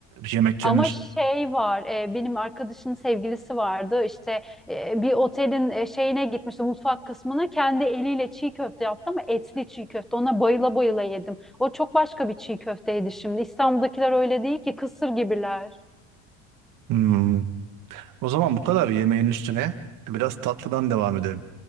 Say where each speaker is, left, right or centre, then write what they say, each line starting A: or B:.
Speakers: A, on the right (about 60°); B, in the centre.
A: yemeklerin
B: Ama
A: üst-
B: şey var, e, benim arkadaşın sevgilisi vardı. İşte e, bir otelin e, şeyine gitmişti, mutfak kısmına. Kendi eliyle çiğ köfte yaptı ama etli çiğ köfte. Ona bayıla bayıla yedim. O çok başka bir çiğ köfteydi şimdi. İstanbul'dakiler öyle değil ki, kısır gibiler.
A: Hmm. O zaman bu kadar yemeğin üstüne biraz tatlıdan devam edelim.